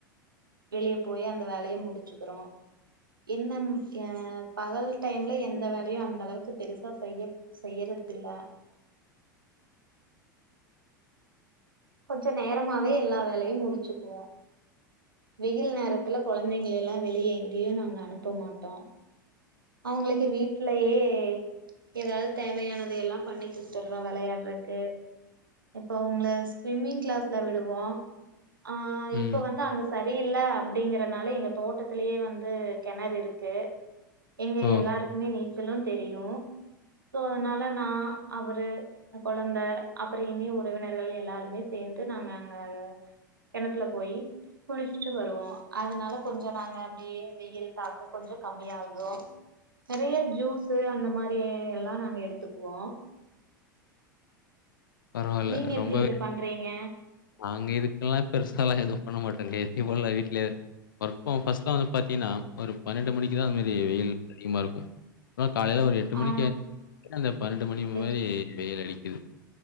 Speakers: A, on the right; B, on the left.
A: வெளிய போயி அந்த வேலைய முடிச்சுக்கிறோ என்ன அ பகல் டைம்ல எந்த வேலையு அந்த அளவுக்கு பெருசா செய்ய செய்யறதுல்ல கொஞ்ச நேரமாவே எல்லா வேலையு முடிச்சுக்குவோ வெயில் நேரத்துல கொழந்தைங்கலெல்லா வெளியே எங்கேயு நாங்க அனுப்ப மாட்டோ அவங்களுக்கு வீடலயே ஏதாவது தேவையானத எல்லா பண்ணி கொடுத்துடுறோ விளையாடுறக்கு இப்ப அவங்க ஸ்விம்மிங் கிளாஸ்ல விடுவோ ஆ
B: ம்.
A: இப்ப வந்து அங்க சரியில்ல அப்டிங்கறனால எங்க தோட்டத்திலயே வந்து கெணறு இருக்கு எங்க
B: ஓ!
A: எல்லாருக்குமே நீச்சலு தெரியு சோ அதனால நா அவரு கொழந்த அப்புற இனி உறவினர்கள் எல்லாருமே சேந்து நாங்க அங்க கெணத்துல போய் குளிச்சுட்டு வருவோ அதனால கொஞ்ச நாங்க அப்டியே வெயில் தாக்க கொஞ்ச கம்மியாகு நெறைய ஜூஸ்ஷு அந்த மாரி எல்லா நாங்க எடுத்துக்குவோ
B: பரவால்ல.
A: நீங்க
B: ரொம்பவே
A: எப்டி இத பண்றீங்க
B: நாங்க இதுக்கெல்லா பெருசாலா எதுவு பண்ண மாட்டேங்க எத்த போல வீட்டுல ஒர்கர்ஸ் வந்து பாத்தீங்கன்னா ஒரு பன்னெண்டு மணிக் இதா மாரி வெயில் அதிகமா இருக்கு காலையில ஒரு எட்டு மணிக்கு
A: ஆ
B: அந்த பன்னெண்டு மணி மாரி
A: எப்
B: வெயிலடிக்குது